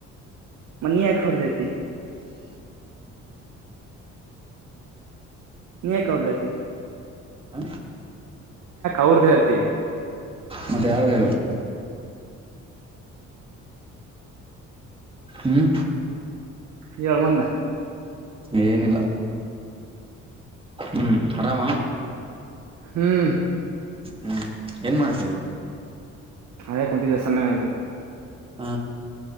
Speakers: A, on the right; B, on the right.
A: ಮನ ಯರದತಿ. ನೀಕ ಅವದೈತಿ.
B: ಹ
A: ಅವ್ರದ್ದೇ ಐತಿ
B: ಮತ್ತೆ ಯಾರ್ದು ಹೇಳುವರು ಹ್ಮ್
A: ಏಳ ಮಂದ
B: ಏನಿಲ್ಲ ಹ್ಮ್ ಆರಾಮ
A: ಹ್ಮ್
B: ಹ್ಮ್ ಏನ್ ಮಾಡ್.
A: ಅದೇ ಕುಂತಿದ್ದ ಸಮ್ಯನ ಇರು
B: ಹಾ